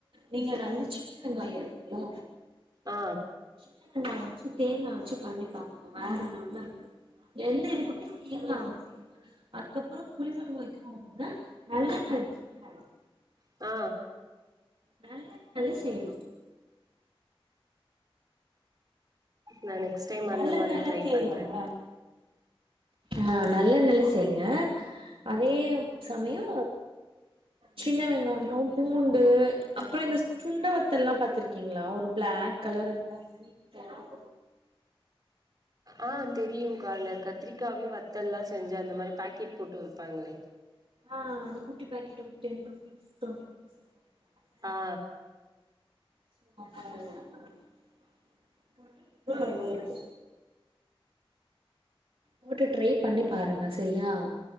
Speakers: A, on the right; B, on the right.
A: நீங்க வந்து சின்ன வெங்காயோ இருக்குல்ல
B: ஆ
A: சின்ன வெங்காயோ வச்சி தேங்கா வச்சி பண்ணி பாருங்க வேற லெவல்லருக்கு எந்த இதுக்குமே தேங்கா வந்து <unintelligible> அதுக்கப்றோ புளி கொழம்பு வக்கணு அப்டின்னா நல்லெண்ண இருக்குல்ல
B: ஆ
A: நல்லெண்ணெல செய்ணு
B: நா நெக்ஸ்ட் டைம் அந்த
A: நல்லெண்ணெல
B: மாரி ட்ரை
A: செய்வாங்க
B: பண்றே
A: ஆ நல்லெண்ணெல செய்ங்க அதே சமயோ சின்ன வெங்காயோ பூண்டு அப்றோ இந்த சுண்ட வத்தல்லா பாத்துருக்கீங்ளா ஒரு பிளாக் கலர் இல்லனா க்ரீன் கலர்
B: ஆ தெரியுங்கா இந்த கத்திரிக்காவியு வத்தல்லா செஞ்சி அந்த மாரி பாக்கெட் போட்டு விப்பாங்களே
A: ஆ அந்த குட்டி பேக்கிட் ஒன்னு டென் ருபீஸ் டொண்ட்டி ருபீஸ்லா போட்ருப்பாங்கல
B: ஆ
A: சோ அத்னால கவர் <inaudible> தோட நேத்து போட்டு ட்ரை பண்ணி பாருங்க செரியா